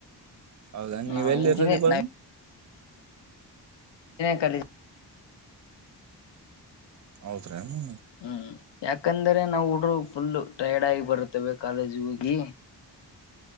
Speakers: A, on the right; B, on the left.
A: ಹೌದಾ ನೀವ್
B: ನಾವು
A: ಎಲ್ಲಿ
B: ಇಂಜಿನಿಯರ್
A: ಇರೋದು ಇವಾಗ
B: <unintelligible>
A: ಹೌದ್ರೀ ಹ್ಮ
B: ಹ್ಮ್ ಯಾಕಂದ್ರೆ ನಾವು ಹುಡರು ಫುಲ್ ಟೈರ್ಡ್ ಆಗಿ ಬರ್ತವೆ ಕಾಲೇಜ ಹೋಗಿ
A: ಹ